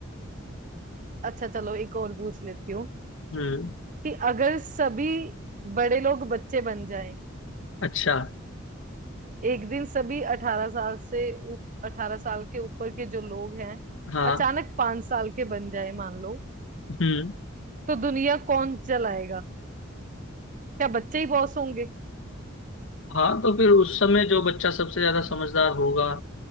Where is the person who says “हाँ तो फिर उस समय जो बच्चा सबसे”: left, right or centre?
Left